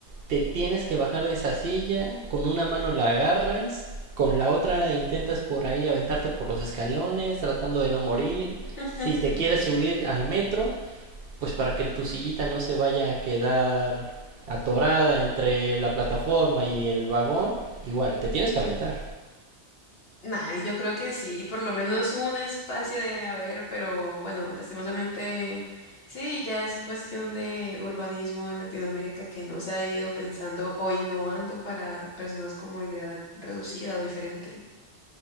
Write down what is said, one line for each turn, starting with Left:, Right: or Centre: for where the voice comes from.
Right: te tienes que bajar de esa silla, con una mano la agarras, con la otra intentas por ahí aventarte por los escalones, tratando de no morir.
Left: <laughs>
Right: Si te quieres subir al metro, pues para que tu sillita no se vaya a quedar atorada entre la plataforma y el vagón, igual, te tienes que aventar.
Left: Nah, y yo creo que sí, por lo menos un espacio debe haber, pero bueno, lastimosamente sí, ya es cuestión de urbanismo en Latinoamérica que no se ha ido pensando o innovando para personas con movilidad reducida o diferente.